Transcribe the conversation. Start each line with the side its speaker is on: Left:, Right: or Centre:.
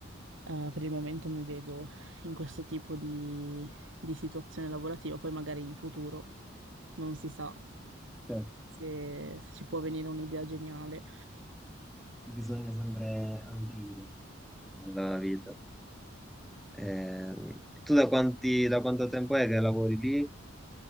Right: eh, per il momento mi vedo in questo tipo di, di situazione lavorativa. Poi magari in futuro non si sa
Centre: Cioè,
Right: se se ci può venire un'idea geniale.
Centre: bisogna sempre ambire. nella vita. Ehm, tu da quanti, da quanto tempo è che lavori lì?